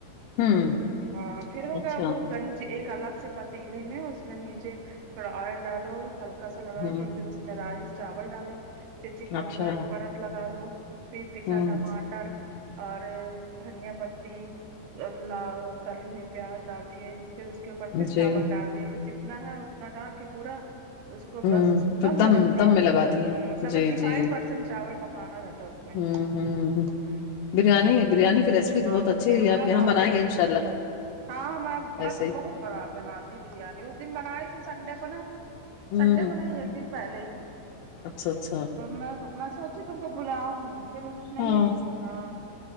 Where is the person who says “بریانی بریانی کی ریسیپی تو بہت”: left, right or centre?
Left